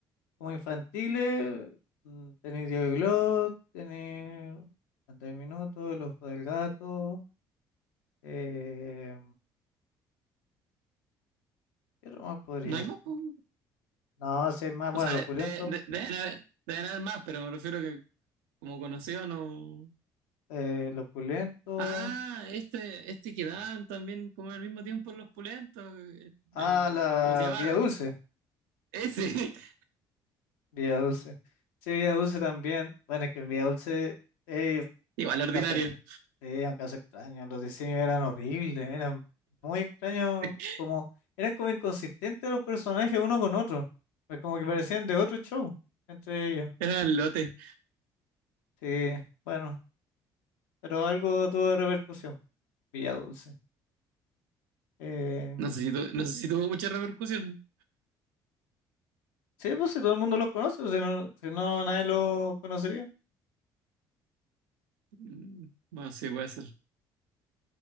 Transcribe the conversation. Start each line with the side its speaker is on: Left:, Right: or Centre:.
Left: como infantiles, mm, tenéis Diego y Glot, tenéis 30 minutos, el ojo del gato, eh, ¿qué otro más podría
Right: No hay
Left: ser?
Right: más, po.
Left: No, sé más,
Right: O
Left: bueno,
Right: sea,
Left: los pulentos,
Right: de- de- de- deben haber, deben haber más, pero me refiero que como conocido no,
Left: eh, los pulentos,
Right: Ah, este, este que daban también como al mismo tiempo en los pulentos.
Left: ah,
Right: El,
Left: la
Right: ¿cómo se llama?
Left: Villa Dulce,
Right: Ese. <laughs>
Left: Villa Dulce, sí, Villa Dulce también, bueno, es que en Villa Dulce es
Right: Igual ordinario.
Left: un caso Sí, un caso extraño. Los diseños eran horribles, eran muy extraños,
Right: <laughs>
Left: como, eran como inconsistentes los personajes uno con otro. Pues como que parecían de otro show entre ellos.
Right: Era el lote.
Left: Sí, bueno, pero algo tuvo de repercusión. Villa Dulce. Em,
Right: No sé si, tu- no sé si tuvo mucha repercusión.
Left: sí, pues si todo el mundo lo conoce, pues, si no, si no nadie lo conocería.
Right: Mm, Bueno, sí, puede ser.